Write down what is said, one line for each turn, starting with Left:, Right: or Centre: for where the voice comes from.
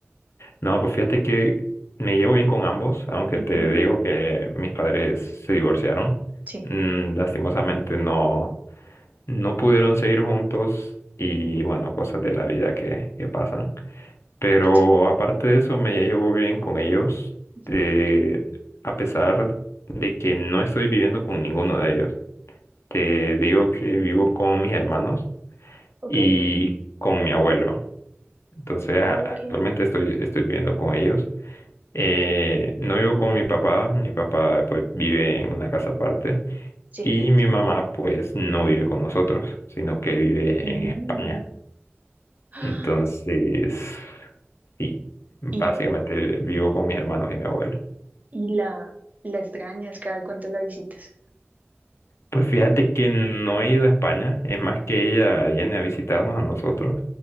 Left: No, pues fíjate que me llevo bien con ambos, aunque
Right: Ujú,
Left: te digo que mis padres se divorciaron.
Right: Sí,
Left: Mm, lastimosamente no. no pudieron seguir juntos y bueno, cosas de la vida que, que pasan. Pero
Right: cierto.
Left: aparte de eso, me llevo bien con ellos,
Right: Ujú,
Left: eh, a pesar de que no estoy viviendo con ninguno de ellos. Te digo que vivo con mis hermanos
Right: Ok,
Left: y con mi abuelo. Entonces,
Right: ok,
Left: a- actualmente estoy, estoy viviendo con ellos. Eh, no vivo con mi papá, mi papá pues vive en una casa aparte.
Right: sí.
Left: Y mi mamá, pues, no vive con nosotros, sino que vive
Right: Mm.
Left: en España.
Right: <gasps> Ah,
Left: Entonces, sí, básicamente
Right: Y,
Left: vivo con mis hermanos y mi abuela.
Right: y la, la extrañas cada cuánto la visitas.
Left: Pues fíjate que no he ido a España, es más que ella viene a visitarnos a nosotros.